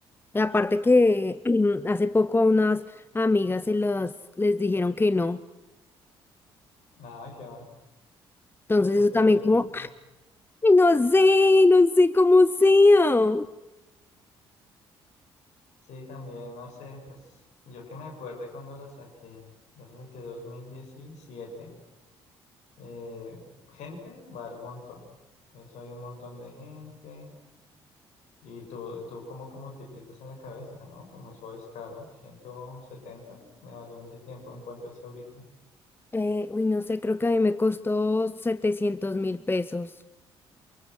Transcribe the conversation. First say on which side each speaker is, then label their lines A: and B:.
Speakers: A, on the left; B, on the left.
A: Y aparte que <clears throat> hace poco a unas amigas se las, les dijeron que no.
B: Nada, que va.
A: Entonces
B: Porque,
A: eso también
B: por ejemplo,
A: como, ay, no sé, no sé cómo sea.
B: sí, también, no sé, pues yo que me acuerde cuando la saqué. Yo la saqué 2017. eh, gente va al montón. Eso hay un montón de gente. Y tú, tú como que multiplicas en la cabeza, ¿no? Como eso es caro. ciento setenta me valió en ese tiempo. ¿En cuánto está ahorita?
A: Eh, uy, no sé, creo que a mí me costó setecientos mil pesos.